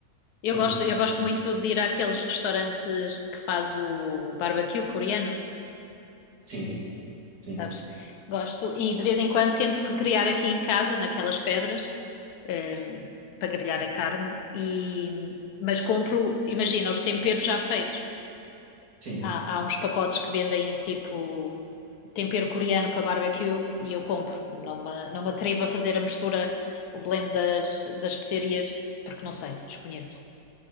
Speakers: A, on the left; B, on the right.
A: Eu
B: Sim,
A: gosto, eu gosto
B: eh,
A: muito de ir àqueles restaurantes que faz o barbecue coreano,
B: sim, sim,
A: sabes? Gosto. E de vez em quando tento recriar aqui em casa, naquelas pedras, ehm, para grelhar a carne. E, mas compro, imagina, os temperos já feitos.
B: sim.
A: Há, há uns pacotes que vendem tipo tempero coreano para barbecue e eu compro. Não me, não me atrevo a fazer a mistura, o blend das, das especiarias, porque não sei, desconheço.